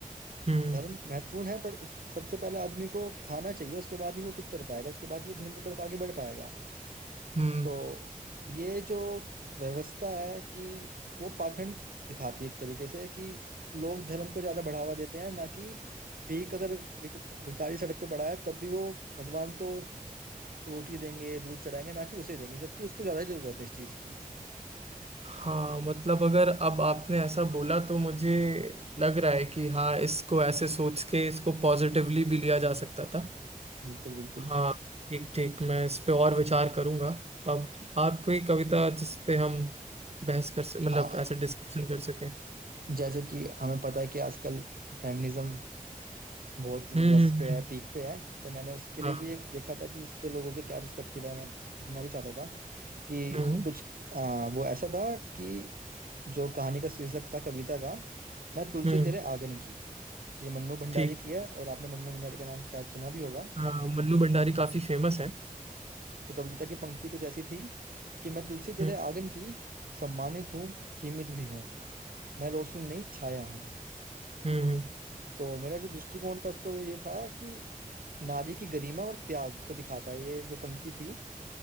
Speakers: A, on the right (about 45°); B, on the right (about 80°).
A: हम्म
B: धर्म महत्वपूर्ण है पर उस सबसे पहले आदमी को खाना चाहिए उसके बाद ही वो कुछ कर पाएगा उसके बाद ही वो धर्म की तरफ आगे बढ़ पाएगा
A: हम्म
B: तो ये जो व्यवस्था है कि वो पाखंड दिखाती है एक तरीके से कि लोग धर्म को ज्यादा बढ़ावा देते हैं ना कि भीख अगर भिख- भिखारी सड़क पे पड़ा है तब भी वो भगवान को रोटी देंगे दूध चढ़ाएंगे ना कि उसे देंगे जबकि उसको ज्यादा जरूरत है इस चीज की
A: हाँ मतलब अगर अब आपने ऐसा बोला तो मुझे लग रहा है कि हाँ इसको ऐसे सोच के इसको पॉजिटिवली भी लिया जा सकता था
B: बिल्कुल बिल्कुल
A: हाँ ठीक ठीक मैं इस पे और विचार करूंगा अब आप कोई कविता जिस पे हम बहस कर सक मतलब
B: हाँ
A: ऐसे डिस्कशन कर सकें
B: जैसे कि हमें पता है कि आजकल फेमिनिज्म बहुत
A: हम्म
B: रस
A: हम्म
B: पे
A: हम्म,
B: है पीक पे है तो मैंने उसके लिए
A: हाँ
B: भी एक देखा था कि इस पे लोगों के क्या पर्सपेक्टिव है मैं सुनना भी चाहता था कि
A: हम्म
B: कुछ आ, वो ऐसा था कि जो कहानी का शीर्षक था कविता का मैं तुलसी
A: हम्म
B: तेरे आंगन की ये मन्नू भंडारी
A: ठीक
B: की है और आपने मन्नू भंडारी का नाम शायद सुना भी होगा
A: हाँ मन्नू भंडारी काफी फेमस है
B: तो कविता की पंक्ति कुछ ऐसी थी कि मैं तुलसी तेरे
A: हम्म
B: आंगन की सम्मानित हूँ सीमित भी हूँ मैं रोशनी नहीं छाया हूँ
A: हम्म हम्म
B: तो मेरा जो दृष्टिकोण था उस पर ये था कि नारी की गरिमा और त्याग को दिखाता है ये जो पंक्ति थी